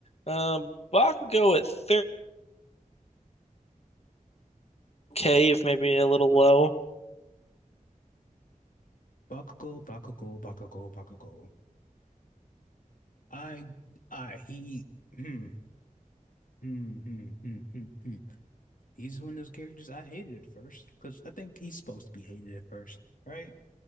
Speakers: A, on the left; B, on the left.
A: Um, Bach would go at 30k, if maybe a little low.
B: Bakugo, Bakugo, Bakugo, Bakugo. I, I, he, hmm, hmm, hmm, hmm, hmm, hmm. He's one of those characters I hated at first because I think he's supposed to be hated at first, right?